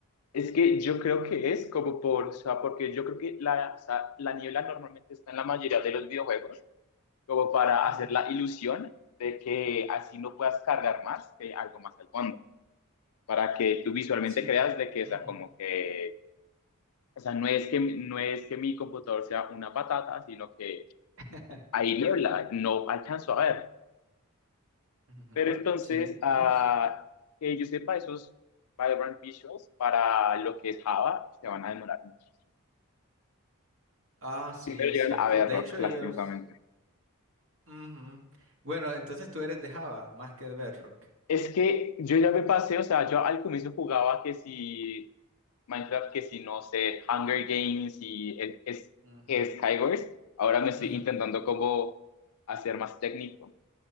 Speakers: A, on the left; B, on the right.
A: Es que yo creo que es como por, o sea, porque yo creo que la, o sea, la niebla normalmente está en la mayoría de los videojuegos, como para
B: Ujú,
A: hacer la ilusión de que así no puedas cargar más, que hay algo más al fondo, para que tú visualmente
B: Sí.
A: creas de que, o
B: ujú.
A: sea, como que, o sea, no es que, no es que mi computador sea una patata, sino que
B: <laughs>
A: hay niebla, no alcanzo a ver.
B: Ujú,
A: Pero entonces,
B: Sí,
A: ah,
B: no sé.
A: que yo sepa, esos Vibrant Visuals para lo que es Java se van a demorar muchísimo.
B: Ah, sí,
A: Primero
B: es
A: llegan
B: cierto.
A: a Bedrock,
B: De hecho, ellos.
A: lastimosamente.
B: Ujú. Bueno, entonces tú eres de Java más que de Bedrock.
A: Es que yo ya me pasé, o sea, yo al comienzo jugaba que si Minecraft, que si no sé, Hunger Games y es, es-
B: Ujú,
A: es Skywars. Ahora me estoy
B: ujú.
A: intentando como hacer más técnico.